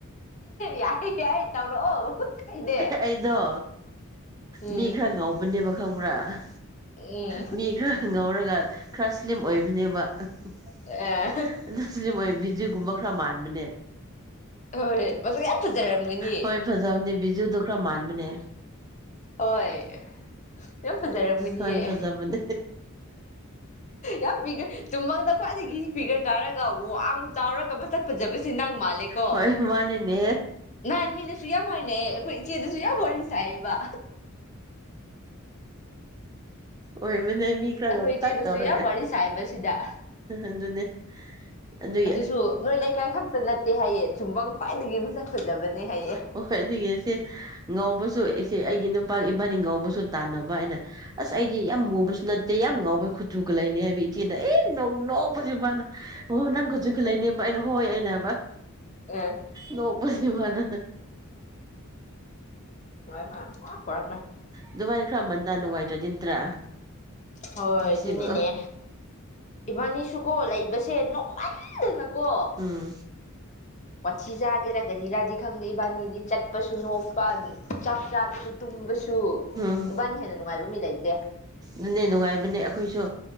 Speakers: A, on the left (about 35°); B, on the right (about 20°).
A: ꯌꯥꯏ ꯌꯥꯏ ꯇꯧꯔꯛꯑꯣ ꯀꯥꯏꯗꯦ
B: ꯑꯩꯗꯣ
A: ꯎꯝ
B: ꯃꯤ ꯈꯔ ꯉꯧꯕꯅꯦꯕ ꯈꯪꯕ꯭ꯔꯥ
A: ꯎꯝ
B: ꯃꯤ ꯈꯔ ꯉꯧꯔꯒ ꯈꯔ ꯁ꯭ꯂꯤꯝ ꯑꯣꯏꯕꯅꯦꯕꯁꯂꯤꯝ
A: ꯑꯦ
B: ꯑꯣꯏ ꯑꯗꯨꯒꯖꯤꯒꯨꯝꯕ ꯈꯔ ꯃꯥꯟꯕꯅꯦ
A: ꯍꯣꯏ ꯃꯁꯛ ꯌꯥꯝ ꯐꯖꯔꯝꯒꯅꯤ
B: ꯍꯣꯏ ꯐꯖꯕꯅꯤ ꯕꯤꯖꯨꯗꯨ ꯈꯔ ꯃꯥꯟ ꯁꯃꯅꯦ
A: ꯍꯣꯏ ꯌꯥꯝ ꯐꯖꯔꯝꯒꯅꯤꯑꯦ
B: ꯍꯣꯏ ꯐꯖꯕꯅꯦ
A: ꯌꯥꯝ ꯄꯤꯈ꯭ꯔꯦ ꯇꯨꯝꯕꯪꯗ ꯈ꯭ꯋꯥꯏꯗꯒꯤ ꯏꯁꯄꯤꯒꯔꯗꯔꯒꯕꯨ ꯑ ꯆꯥꯎꯔꯒ ꯃꯁꯛ ꯐꯖꯕꯁꯤ ꯅꯪ ꯃꯥꯜꯂꯦꯀꯣ
B: ꯍꯣꯏ ꯃꯥꯅꯤꯅꯦ
A: ꯅꯍꯥꯟ ꯃꯤꯅꯁꯨ ꯌꯥꯝ ꯍꯥꯏꯅꯩꯑ ꯑꯩꯈꯣꯏ ꯏꯆꯦꯗꯁꯨ ꯌꯥꯝ ꯋꯥꯔꯤ ꯁꯥꯏꯌꯦꯕ
B: ꯑꯣꯏ ꯃꯅꯤ ꯃꯤ ꯈꯔ
A: ꯑꯩꯈꯣꯏ
B: ꯉꯧꯇꯛ
A: ꯏꯆꯦꯗꯁꯨ
B: ꯇꯧꯔꯒ
A: ꯌꯥꯝ ꯋꯥꯔꯤ ꯁꯥꯏꯕ ꯁꯤꯗ
B: ꯑꯗꯨꯅꯦ ꯑꯗꯨꯒꯤ
A: ꯑꯗꯨꯁꯨ ꯅꯣꯏ ꯂꯩꯀꯥꯏ ꯈꯛꯇ ꯅꯠꯇꯦ ꯍꯥꯏꯌꯦꯦ ꯆꯨꯝꯐꯝꯪ ꯈ꯭ꯋꯥꯏꯗꯒꯤ ꯃꯁꯛ ꯐꯖꯕꯅꯦ ꯍꯥꯏꯌꯦ
B: ꯍꯣꯏ ꯑꯗꯨꯒꯤꯁꯦ ꯉꯧꯕꯁꯨ ꯑꯩꯁꯦ ꯑꯩꯒꯤ ꯅꯨꯄꯥ ꯏꯕꯥꯅꯤ ꯉꯧꯕꯁꯨ ꯇꯥꯟꯅꯕ ꯑꯩꯅ ꯑꯁ ꯑꯩꯗꯤ ꯌꯥꯝ ꯃꯨꯕꯁꯨ ꯅꯠꯇꯦ ꯌꯥꯝ ꯉꯥꯎꯕꯩ ꯈꯨꯨꯆꯨꯒ ꯂ ꯂꯩꯥꯏꯅꯤ ꯍꯥꯏꯕꯗꯤ ꯀꯅ ꯑꯦ ꯅ ꯅ ꯄꯨꯖꯤꯕꯅ ꯑꯣ ꯅꯪꯒꯖ ꯈꯨꯂꯥꯏꯅꯦꯦꯝꯕ ꯑꯩꯅ ꯍꯣꯏ ꯑꯩꯅ ꯍꯥꯏꯕ
A: ꯑꯦ
B: ꯅꯣꯛꯄꯁꯦ ꯃꯥꯅ
A: ꯍꯣꯏ ꯍꯣꯏ
B: ꯑꯗꯨꯃꯥꯏꯅ ꯈꯔ ꯃꯟꯗꯥ ꯅꯨꯡꯉꯥꯏꯇ꯭ꯔꯗꯤ ꯅꯠꯇ꯭ꯔꯥ
A: ꯍꯣꯏ
B: ꯄꯨꯟꯁꯤꯕꯨ
A: ꯑꯗꯨꯅꯅꯦ ꯏꯕꯥꯅꯤꯁꯨꯀꯣ ꯂꯩ ꯁꯦ ꯅꯣꯡꯃꯜꯗꯅꯀꯣ
B: ꯎꯝ
A: ꯋꯥꯊꯤ ꯆꯥꯒꯦꯔꯥ ꯀꯔꯤꯔꯥꯗꯤ ꯈꯪꯗꯦ ꯏꯕꯥꯅꯤꯗꯤ ꯆꯠꯄꯁꯨ ꯅꯣꯛꯄꯅꯤ ꯆꯥꯛ ꯆꯥꯕꯁꯨꯕ ꯁꯨ
B: ꯎꯝ
A: ꯏꯕꯥꯅꯤ ꯍꯦꯟꯅ ꯅꯨꯡꯉꯥꯏꯕ ꯃꯤ ꯂꯩꯇꯦ
B: ꯑꯗꯨꯅꯦ ꯅꯨꯡꯉꯥꯏꯕꯅꯦ ꯑꯩꯈꯣꯏꯁꯨ